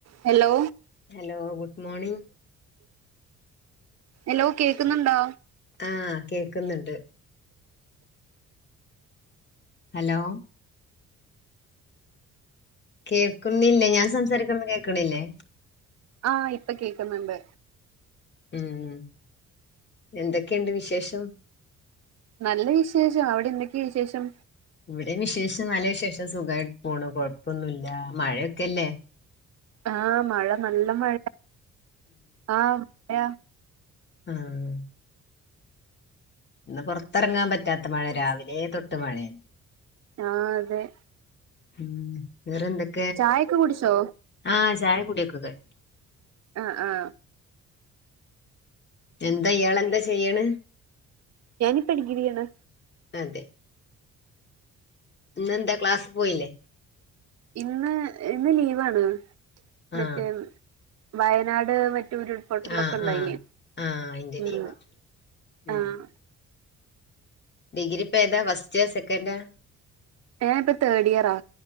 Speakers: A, on the right (about 60°); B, on the left (about 35°).
A: Hello
B: hello good morning
A: hello കേക്കുന്നുണ്ടോ
B: ആഹ കേൾക്കുന്നുണ്ട് ഹലോ കേക്കുന്നില്ലേ ഞാൻ സംസാരിക്കന്ന് കേൾക്കണില്ലേ
A: ആഹ ഇപ്പൊ കേക്കുന്നുണ്ട്
B: ഉം എന്തൊക്കെയുണ്ട് വിശേഷം
A: നല്ല വിശേഷം അവിടെ എന്തൊക്കെയ വിശേഷം
B: ഇവിടെ വിശേഷ നല്ല വിശേഷം സുഖമായിട്ട് പോണ് കൊഴപ്പൊന്നുമല്ല മഴയൊക്കെല്ലേ
A: ആഹ് മഴ നല്ല മഴ ആഹ് മഴ
B: ആഹ് ഇന്ന് പുറത്തിറങ്ങാൻ പറ്റാത്ത മഴ രാവിലെ തൊട്ട് മഴയ
A: ആ അതെ
B: ഉം വേറെന്തൊക്കെ
A: ചായ ഒക്കെ കുടിച്ചോ
B: ആഹ് ചായ കൂടിയൊക്കെ കഴിഞ്ഞു
A: ആഹ ആഹ
B: എന്താ ഇയാള് എന്താ ചെയ്യണ്
A: ഞാൻ ഇപ്പൊ ഡിഗ്രി ആണ്
B: അതെ ഇന്ന് എന്താ ക്ലാസ് പോയില്ലേ
A: ഇന്ന് ഇന്ന് ലീവാണ്
B: ആ
A: മറ്റേ വയനാട് മറ്റൂരു ഉരുൾ പൊട്ടൽ
B: ആ
A: ഒക്കെ ഉണ്ടായില്ലേ
B: ആ ആ അതിന്റെ
A: ഉം
B: ലീവാ ഉം
A: ആഹ
B: ഡിഗ്രി പ്പോ ഏതാ ഫസ്റ്റ് സെക്കൻഡാ
A: ഞാൻപ്പൊ തേർഡ് ഇയറാ